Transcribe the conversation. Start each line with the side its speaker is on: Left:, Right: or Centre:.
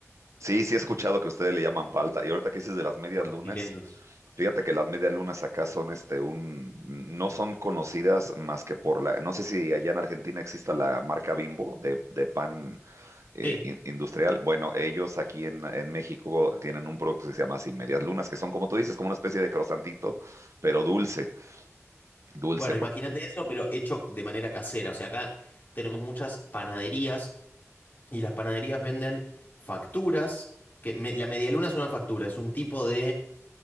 Right: Sí, sí he escuchado que ustedes le llaman palta. Y ahorita que dices de las medias
Left: como los
Right: lunas,
Left: chilenos.
Right: fíjate que las medias lunas acá son este un, no son conocidas más que por la, no sé si allá en Argentina exista la marca Bimbo de, de pan eh,
Left: Sí,
Right: in- industrial. Bueno, ellos aquí en, en México tienen un producto que se llama así, medias lunas, que son como tú dices, como una especie de crosantito, pero dulce, dulce,
Left: bueno,
Right: porque
Left: imagínate eso, pero hecho de manera casera. O sea, acá tenemos muchas panaderías y las panaderías venden facturas, que me- la medialuna es una factura, es un tipo de